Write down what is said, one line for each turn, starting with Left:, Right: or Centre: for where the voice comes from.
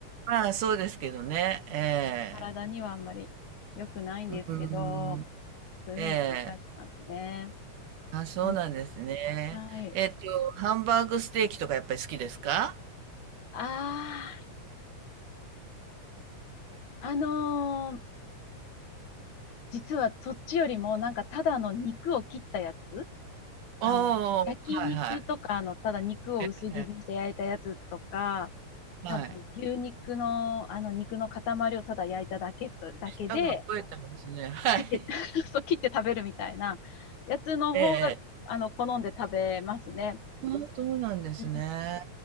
Right: まあ、そうですけどね。ええ。
Left: 体にはあんまり良くないんですけど、
Right: うーん。
Left: そういうふうに考えてますね。
Right: ええ。あ、そうなんですね。
Left: うんはい。
Right: えっと、ハンバーグステーキとかやっぱり好きですか？
Left: ああ、あのー実はそっちよりも、なんかただの肉を切ったやつ
Right: あ
Left: あの、焼肉とか、
Right: あ、はいはい。
Left: あの、ただ肉を薄切りにして焼いたやつとか、
Right: ええはい。
Left: 多分牛肉の、あの、肉の塊をただ焼いただけと、だけで、
Right: 舌が肥えてますね。<laughs> はい。
Left: 切って、<laughs> そう、切って食べるみたいなやつの方が、
Right: ええ
Left: あの、好んで食べますね。
Right: あそうなんですね。
Left: うん